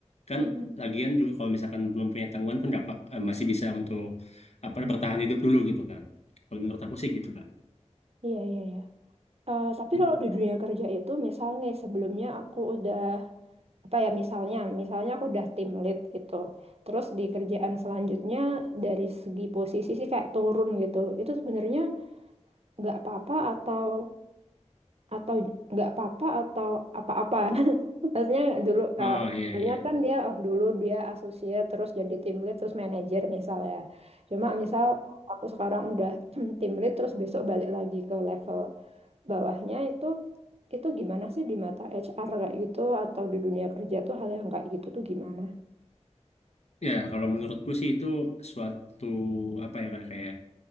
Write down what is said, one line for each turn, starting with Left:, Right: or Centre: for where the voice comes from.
Left: Kan
Right: Hmm.
Left: lagian juga kalau misalkan belum punya tanggungan pun dapat eh, masih bisa untuk apa bertahan hidup dulu gitu kan. Kalau menurut aku sih gitu kak.
Right: Iya, iya, iya. Eh, tapi
Left: Mm.
Right: kalau di dunia kerja itu, misalnya sebelumnya aku udah, apa ya, misalnya, misalnya aku udah tim lead gitu. Terus di kerjaan selanjutnya, dari segi posisi sih kayak turun gitu. Itu sebenarnya nggak apa-apa atau atau nggak apa-apa atau apa-apa <laughs> maksudnya dulu kalau
Left: Oh iya
Right: misalnya
Left: iya.
Right: kan dia oh, dulu dia associate terus jadi tim lead terus manajer misalnya cuma misal aku sekarang udah <clears throat> tim lead terus besok balik lagi ke level bawahnya itu itu gimana sih di mata HR kayak gitu atau di dunia kerja tuh hal yang kayak gitu tuh gimana?
Left: Ya, kalau menurutku sih itu suatu apa ya kayak kayak